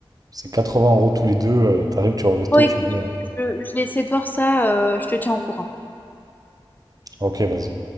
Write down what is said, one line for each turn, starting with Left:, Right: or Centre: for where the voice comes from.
Right: C'est 80 euros tous les deux. euh, T'arrives, tu vas au resto,
Left: Bon écoute,
Right: tu le mets. hein.
Left: je je vais essayer de voir ça, heu, je te tiens au courant.
Right: Ok, vas-y.